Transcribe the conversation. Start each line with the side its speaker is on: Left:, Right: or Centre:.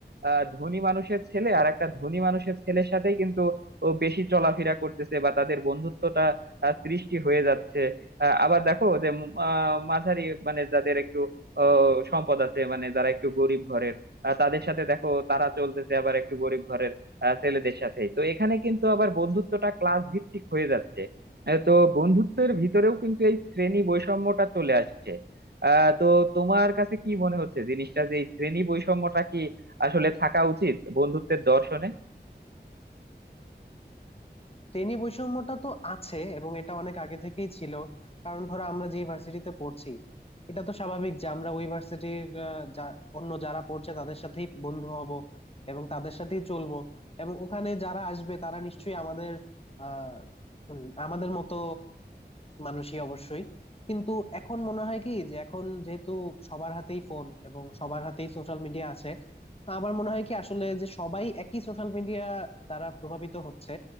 Right: আহ, ধনী মানুষের ছেলে আর একটা ধনী মানুষের ছেলের সাথেই কিন্তু ও বেশি চলাফেরা করতেছে বা তাদের বন্ধুত্বটা আহ, সৃষ্টি হয়ে যাচ্ছে আহ, আবার দেখো যে উম, আহ, মাঝারি মানে যাদের একটু আহ, সম্পদ আছে মানে যারা একটু গরিব ঘরের আহ, তাদের সাথে দেখো তারা চলতেছে আবার একটু গরিব ঘরের আহ ছেলেদের সাথে তো এখানে কিন্তু আবার বন্ধুত্বটা ক্লাস ভিত্তিক হয়ে যাচ্ছে আহ, তো বন্ধুত্বের ভিতরেও কিন্তু এই শ্রেণী বৈষম্যটা চলে আসছে আহ তো তোমার কাছে কি মনে হচ্ছে জিনিসটা যে এই শ্রেণী বৈষম্যটা কি আসলে থাকা উচিত বন্ধুত্বের দর্শনে
Left: শ্রেণী বৈষম্যটা তো আছে এবং এটা অনেক আগে থেকেই ছিল কারণ ধরো আমরা যে ভার্সিটিতে পড়ছি এটা তো স্বাভাবিক যে আমরা ওই ভার্সিটির অন্য যারা পড়ছে তাদের সাথেই বন্ধু হব এবং তাদের সাথেই চলবো এবং ওখানে যারা আসবে তারা নিশ্চয়ই আমাদের আহ উম, আমাদের মতো মানুষই অবশ্যই কিন্তু এখন মনে হয় কি যে এখন যেহেতু সবার হাতেই ফোন এবং সবার হাতেই সোশ্যাল মিডিয়া আছে আমার মনে হয় কি আসলে যে সবাই একই সোশ্যাল মিডিয়া দ্বারা প্রভাবিত হচ্ছে